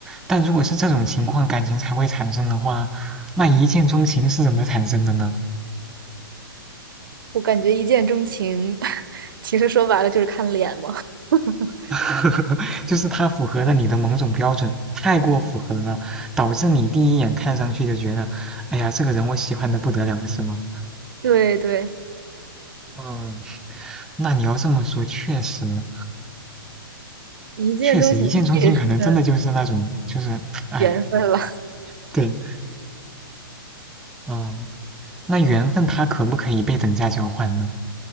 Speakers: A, in the centre; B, on the right.
A: 但如果是这种情况感情才会产生的话，那一见钟情是怎么产生的呢？
B: 我感觉一见钟情，<laughs> 其实说白了就是看脸嘛。<laughs>
A: <laughs> 就是它符合了你的某种标准，太过符合了，导致你第一眼看上去就觉得，哎呀，这个人我喜欢的不得了，是吗？
B: 对对，
A: 嗯，那你要这么说，确实，
B: 一见钟情也是嗯
A: 确实一见钟情可能真的就是那种，就是，哎，
B: 缘分了。
A: 对，嗯，那缘分它可不可以被等价交换呢？